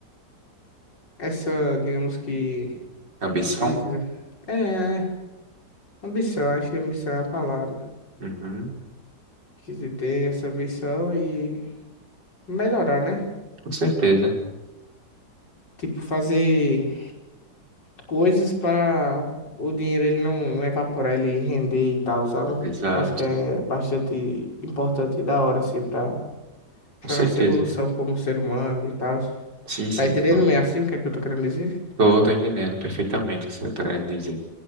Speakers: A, on the left (about 80°); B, on the right (about 70°).
A: essa, digamos que,
B: Ambição?
A: visa. É, é, ambição, acho que ambição é a palavra.
B: Uhum.
A: Que se tem essa ambição e melhorar, né?
B: Com certeza.
A: Tipo, fazer coisas para o dinheiro ele não, não evaporar, ele render e tal, sabe?
B: Exato.
A: Acho que é bastante importante e da hora, assim, para
B: Com
A: para
B: certeza.
A: nossa evolução como ser humano e tal.
B: Sim, sim,
A: Tá entendendo
B: claro.
A: meio assim o que é que eu tô querendo dizer?
B: Tô, tô entendendo perfeitamente o que você tá querendo dizer.